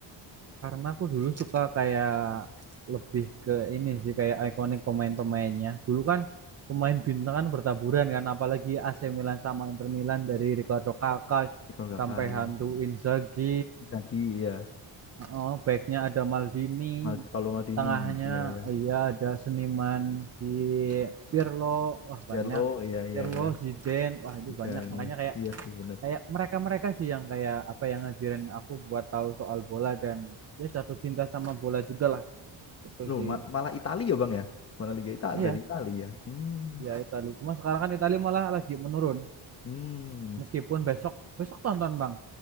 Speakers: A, on the right; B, on the left.
A: Karena aku dulu suka kayak lebih ke ini sih kayak ikonik pemain-pemainnya. Dulu kan pemain bintang kan bertaburan kan apalagi AC Milan sama Inter Milan dari Ricardo Kakak
B: Ya, kalau gak
A: sampai
B: kain.
A: hantu Inzaghi,
B: Lagi ya.
A: oh, backnya ada Maldini,
B: Mal- Kalau Maldini,
A: tengahnya
B: ya ya.
A: iya ada seniman si Pirlo, wah
B: Pirlo,
A: banyak.
B: ya
A: Pirlo,
B: ya ya.
A: Zidane, wah itu
B: Zidane,
A: banyak. Makanya
B: ya.
A: kayak
B: Iya sih benar.
A: kayak mereka-mereka sih yang kayak apa yang ngajarin aku buat tahu soal bola dan ya jatuh cinta sama bola juga lah gitu
B: Loh,
A: sih
B: ma- malah Italia ya Bang ya? Malah Liga Italia
A: iya
B: dari Italia ya. Hmm.
A: ya Itali cuma sekarang kan Itali malah lagi menurun
B: Hmm.
A: meskipun besok besok tonton bang